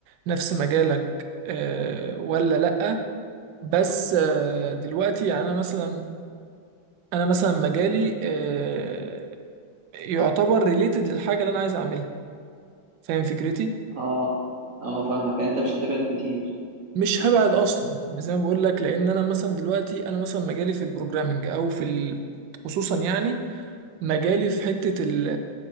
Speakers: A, on the right; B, on the right.
A: نفس مجالك آه، ولا لا بس آه، دلوقتي يعني انا مثلا انا مثلا مجالي آه، يعتبر ريليتد للحاجة اللي انا عايز اعملها فاهم فكرتي
B: اه اه فاهمك يعني انت مش هتبعد كتير
A: مش هبعد اصلا زي ما بقول لك لان انا مثلا دلوقتي انا مثلا مجالي في البروجرامنج او في ال... خصوصا يعني مجالي في حتة ال